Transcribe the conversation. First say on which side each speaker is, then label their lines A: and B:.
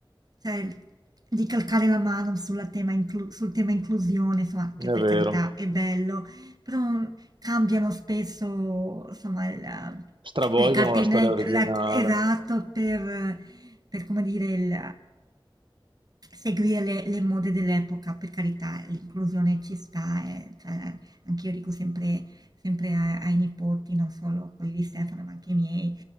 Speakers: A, on the right; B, on the right.
A: cioè, di calcare la mano sulla tema inclu- sul tema inclusione, insomma,
B: è
A: che per
B: vero.
A: carità è bello, però cambiano spesso, insomma, la-
B: Stravolgono
A: le carte
B: la
A: in
B: storia
A: re-
B: originale.
A: la- esatto per, per, come dire, il, seguire le, le mode dell'epoca, per carità, l'inclusione ci sta, eh, cioè, anche io dico sempre, sempre a- ai nipoti, non solo quelli di Stefano, ma anche i miei,